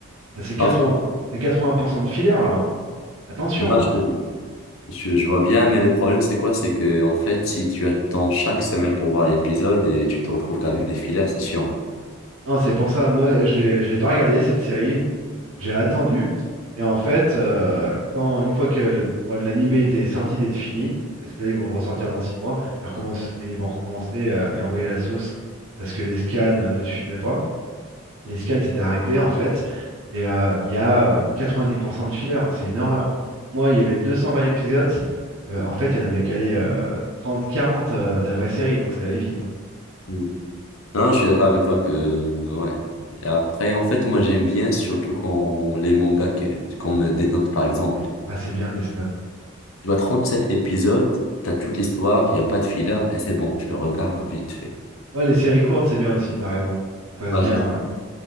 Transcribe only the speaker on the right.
Bah, c'est 80...
c'est 80% de fillers là. hein. Attention,
hein.
Non, c'est pour ça, moi je l'ai je l'ai pas regardé cette série. J'ai attendu. Et en fait, euh, quand une fois que l- bon, l'animé était sorti d'être fini, parce que là ils vont le ressortir dans six mois, ils recommencent, enfin, ils vont recommencer euh, et envoyer la sauce parce que les scans ne suivaient pas. Les scans s'étaient arrêtés en fait, et euh, il y a euh, 90% de fillers, c'est une horreur. Moi, il y avait 220 épisodes, euh, en fait, il y en avait calé 30-40 euh, de la vraie série, donc c'est allé vite. hein.
Ah, c'est bien Death Note.
Ouais, les séries courtes, c'est bien aussi, t'as raison. Ça passe
bien,
ouais.